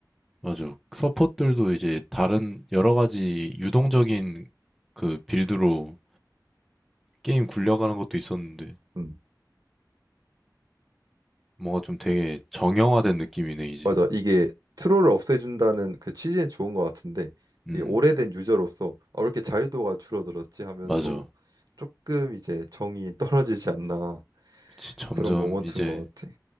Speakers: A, in the centre; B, on the right.
A: 맞아. 서폿들도 이제 다른 여러 가지 유동적인 그 빌드로 게임 굴려가는 것도 있었는데,
B: 음.
A: 뭔가 좀 되게 정형화된 느낌이네, 이제.
B: 맞아. 이게 트롤을 없애준다는 그 취지는 좋은 것 같은데
A: 음,
B: 이게 오래된 유저로서 아, 왜 이렇게 자유도가 줄어들었지 하면서
A: 맞아.
B: 조금 이제 정이 <laughs> 떨어지지 않나
A: 그치, 점점
B: 그런 모먼트인
A: 이제
B: 것 같아.